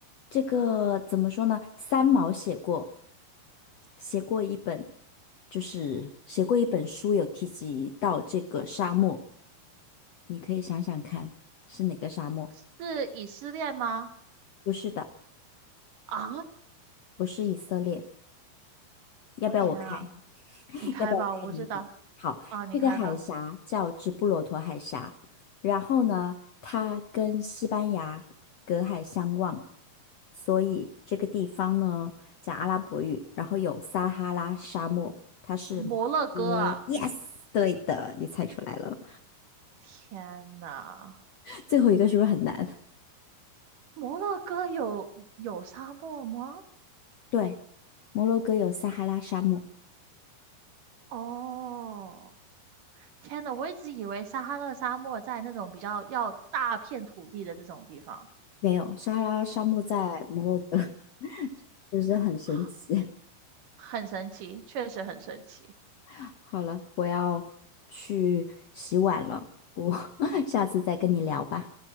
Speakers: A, on the left (about 65°); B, on the right (about 60°).
A: 这个怎么说呢？三毛写过，写过一本，就是写过一本书，有提及到这个沙漠。你可以想想看，是哪个沙漠？
B: 是以色列吗？
A: 不是的，
B: 啊，
A: 不是以色列。要不要我开？
B: 我天啊！
A: <laughs>
B: 你开吧，
A: 要不要我开谜底？
B: 我不知道。
A: 好，
B: 啊，你开吧。
A: 这个海峡叫直布罗陀海峡，然后呢，它跟西班牙隔海相望，所以这个地方呢讲阿拉伯语，然后有撒哈拉沙漠，它是摩洛哥。
B: 摩洛哥啊！
A: Yes，对的，你猜出来了。
B: 天呐，
A: 最后一个是不是很难？
B: 摩洛哥有有沙漠吗？
A: 对，摩洛哥有撒哈拉沙漠，
B: 哦，天呐，我一直以为撒哈拉沙漠在那种比较要大片土地的这种地方，
A: 没有，撒哈拉沙漠在摩洛哥。是不是很神奇？
B: <gasps> 很神奇，确实很神奇。
A: <laughs> 好了，我要去洗碗了，我 <laughs> 下次再跟你聊吧。